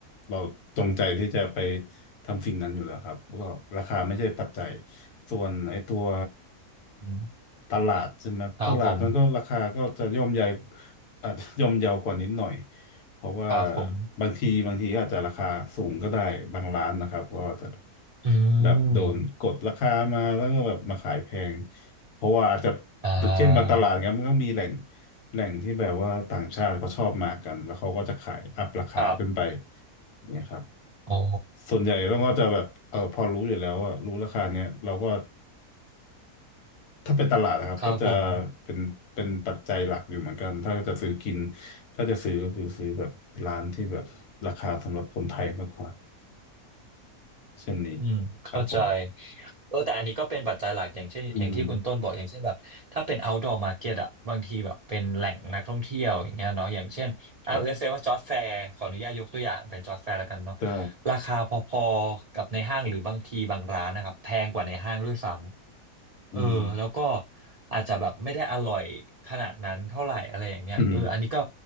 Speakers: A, on the left (about 75°); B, on the right (about 75°).
A: เราจงใจที่จะไปทำสิ่งนั้นอยู่แล้วครับแล้วก็ราคาไม่ใช่ปัจจัยส่วนไอ้ตัว
B: อืม
A: ตลาดใช่ไหมตลาดมันก็ราคาก็จะย่อมใหญ่
B: ครับผม
A: อาจจะย่อมเยาวกว่านิดหน่อย เพราะว่า
B: ครับผม
A: บางทีบางทีอาจจะราคาสูงก็ได้บางร้านนะครับก็อาจจะ
B: อื
A: แบบโดนกดราคามาแล้วก็แบบมาขายแพง
B: ม
A: เพราะว่าอาจจะ
B: อ่า
A: เช่นบางตลาดเนี้ยมันก็มีแหล่งแหล่งที่แบบว่าต่างชาติเขาชอบมากันแล้วเขาก็จะขายอัพราคาขึ้นไป
B: ครับ
A: เนี่ยครับ
B: อ๋อ
A: ส่วนใหญ่เราก็จะแบบเออพอรู้อยู่แล้วว่ารู้ราคาเนี้ยเราก็ ถ้าเป็นตลาดนะครับก็จะ
B: ครับผม
A: เป็นเป็นปัจจัยหลักอยู่เหมือนกันถ้าจะซื้อกินถ้าจะซื้อก็คือซื้อแบบร้านที่แบบราคาสำหรับคนไทยมากกว่าเช่นนี้
B: อืมเข้าใจ
A: ครับผม
B: เออแต่อันนี้ก็เป็นปัจจัยหลักอย่างเช่นอย่างที่คุณต้นบอกอย่างเช่นแบบถ้าเป็น
A: อืม
B: outdoor market อะบางทีแบบเป็นแหล่งนักท่องเที่ยวอย่างเงี้ยเนาะอย่างเช่นอ่ะ
A: ครับ
B: let's say ว่าจอร์จแฟร์ขออนุญาตยกตัวอย่างเป็นจอร์จแฟร์แล้วกันเนาะ
A: ก็
B: ราคาพอๆกับในห้างหรือบางทีบางร้านนะครับแพงกว่าในห้างด้วยซ้ำเออแล้วก็
A: อืม
B: อาจจะแบบไม่ได้อร่อยขนาดนั้นเท่าไหร่อะไรอย่างเงี้ยเอออันนี้ก็
A: อืม